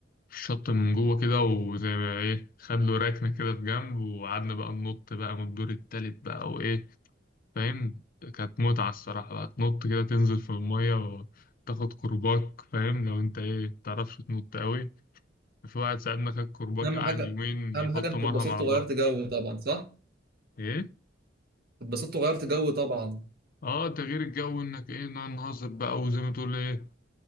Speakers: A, on the left; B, on the right.
A: في الشط من جوه كده وزي ما إيه خد له ركنة كده في جنب وقعدنا بقى ننط بقى من الدور التالت بقى وإيه فاهم كانت متعة الصراحة بقى تنط كده تنزل في المية وتاخد كرباك فاهم لو أنت إيه متعرفش تنط أوي في واحد ساعدنا خد كرباج
B: اهم
A: قعد
B: حاجه
A: يومين
B: اهم
A: يحط
B: حاجه انك
A: مرهم
B: اتبسطت
A: على
B: وغيرت
A: ظهره
B: جو طبعا صح
A: ايه
B: اتبسطت وغيرت جو طبعا
A: اه تغيير الجو انك ايه نقعد نهزر بقى وزي ما تقول ايه